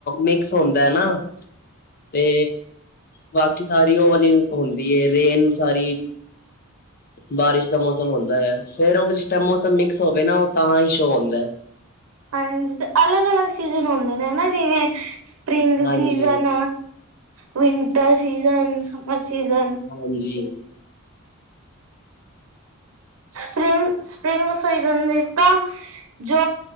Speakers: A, on the left; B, on the right.
A: ਮਿਕਸ ਹੁੰਦਾ ਹੈ ਨਾ। ਤੇ ਬਾਕੀ ਸਾਰੀ ਉਹ ਵਾਲੀ ਹੁੰਦੀ ਰੇਨ ਸਾਰੀ ਬਾਰਿਸ਼ ਮੌਸਮ ਹੁੰਦਾ ਹੈ ਫੇਰ ਉਹ ਜਿਸ ਟਾਈਮ ਮੌਸਮ ਮਿਕਸ ਹੋਵੇ ਨਾ ਉਹ ਤਾਂ ਹੀ ਸ਼ੋਅ ਹੁੰਦਾ।
B: ਹਾਂਜੀ ਤੇ ਅਲੱਗ- ਅਲੱਗ ਸੀਜ਼ਨ ਹੁੰਦੇ ਨੇ ਹਨਾ ਜਿਵੇਂ ਸਪ੍ਰਿੰਗ
A: ਹਾਂਜੀ
B: season winter season summer season
A: ਹਾਂਜੀ
B: ਸਪਿੰਗ- ਸਪ੍ਰਿੰਗ ਸੀਜਨ ਵਿਚ ਤਾਂ ਜੋ